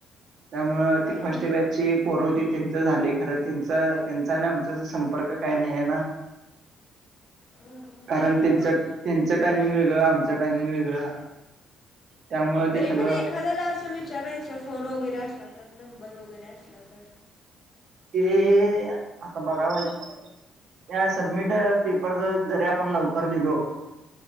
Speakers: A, on the right; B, on the left.
A: त्यामु ती
B: आणि
A: फर्स्ट ए बॅच. ज पोरवती त्यांच झाले खरं त्यांचा त्यांचा आणि आमचा संपर्क काय नाही आहे ना. ह.
B: हं
A: कारण
B: तरी पण
A: त्यांच
B: कोण
A: त्यांचं टायमिंग वेगळं आमचं टायमिंग वेगळं. त्यामुळे ते
B: तरी
A: सगळं
B: पण एखाद्याला असं विचारायचं फोन वगैरे असला तर नंबर वगैरे असला तर
A: ए आता बघा पाहिजे न. या सबमिट पेपरच जरी आपण लवकर लिलो.